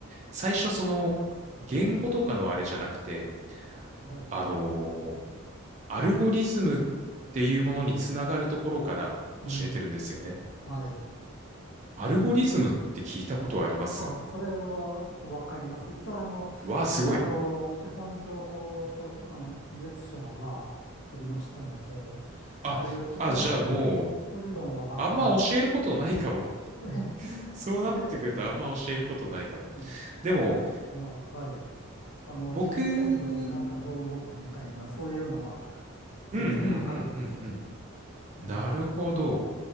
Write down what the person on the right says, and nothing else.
最初その、言語とかのあれじゃなくて、
あの、アルゴリズムっていうものにつながるところから教えてるんですよね。
アルゴリズムって聞いたことあります
わあ、すごい。
あ、
あ、じゃあもう、
あんま教えることないかも。<laughs>
そうなってくるとあんま教えることないかも。
でも、
僕
うんうんうんうん
うん。なるほど。